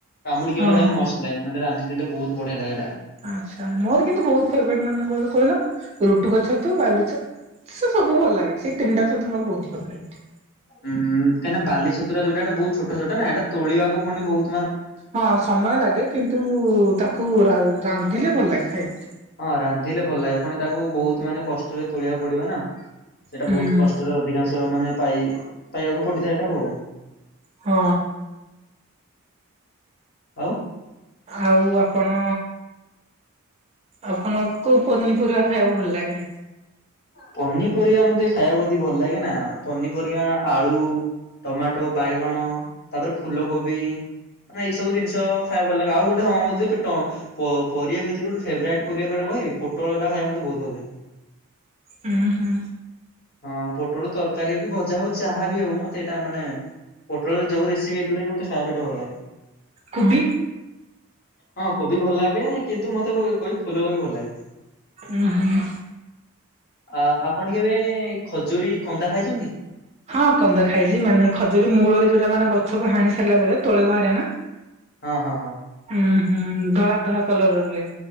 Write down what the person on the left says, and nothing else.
କାମୁଡି କି
<unintelligible>
ମସ୍ତ ଲାଗେ ମାନେ ରାନ୍ଧି ଦେଲେ ବହୁତ ଵଢିଆ ଲାଗେ ଏଟା।
ହୁ କାହିଁକିନା ବାଲି ଛତୁ ଯୋଉଟା ଏଟା ବହୁତ ଛୋଟଛୋଟ ନା ଏଟା ତୋଣିବାକୁ ପୁଣି ବହୁତୁ
ହଁ ରାନ୍ଧିଲେ ଭଲ ଲାଗେ ପୁଣି ତାକୁ ବହୁତ ମାନେ କଷ୍ଟରେ ତୋଳିବାକୁ ପଡିବ ନା। ସେଇଟା
ବହୁତ କଷ୍ଟରେ ଅଧିକାଂଶ ମାନେ ପାଇ ପାଇବାକୁ ପଡିଥାଏ ଏଇଟାକୁ ଆଉ।
ଆଉ
ପନିପରିବା ମତେ ଖାଇବାକୁ ଆଦି ଭଲ ଲାଗେ ନା ପନିପରିବା ଆଳୁ ଟମାଟୋ ବାଇଗଣ ତାପରେ ଫୁଲକୋବି ମାନେ ଏଇ ସବୁ ଜିନିଷ, ଖାଇବାକୁ ଭଲ ଲାଗେ ଆଉ ଗୋଟେ ହ ଯେ ପେଟ। ପ ପରିବା ଭିତରେ ଗୋଟେ ଫେବରେଟ ପରିବା କୋଉଟା କହିଵି ପୋଟଳ ଟା ଖାଇବାକୁ ମୋତେ ବହୁତୁ ଭଲ ଲାଗେ।
ହଁ ପୋଟଳ ତରକାରୀ ହଉ କି ଭଜା ହଉ ଯାହା ବି ହଉ ମତେ ଏଇଟା ମାନେ ପୋଟଳରେ ଯେଉ ରେସିପି ହେଇଥିଲେ କିନ୍ତୁ ଖାଇବାକୁ ଭଲ ଲାଗେ।
ହଁ କୋବି ଭଲ ଲାଗେ କିନ୍ତୁ ମତେ କୋବି ଫୁଲ କୋବି ଭଲ ଲାଗେ।
ଆ ଆପଣ କେବେ ଖଜୁରୀ କନ୍ଦା ଖାଇଛନ୍ତି?
ହଁ ହଁ ହଁ।